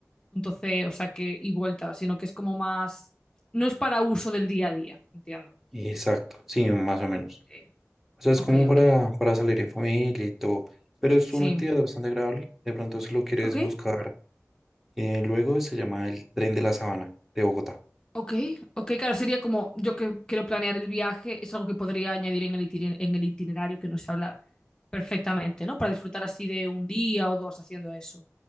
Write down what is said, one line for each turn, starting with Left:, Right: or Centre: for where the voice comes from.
Left: punto C, o sea que, y vuelta, sino que es como más. No es para uso del día a día, entiendo.
Centre: exacto, sí, más o menos.
Left: Eh,
Centre: O sea, es
Left: Ok,
Centre: como para,
Left: ok.
Centre: para salir en familia y todo, pero es
Left: Sí.
Centre: una actividad bastante agradable. De pronto, si lo quieres
Left: Ok,
Centre: buscar, eh, luego se llama el Tren de la Sabana de Bogotá.
Left: ok, ok. Claro, sería como yo que quiero planear el viaje, es algo que podría añadir en el itiner- en el itinerario que no sé hablar perfectamente, ¿no? Para disfrutar así de un día o dos haciendo eso.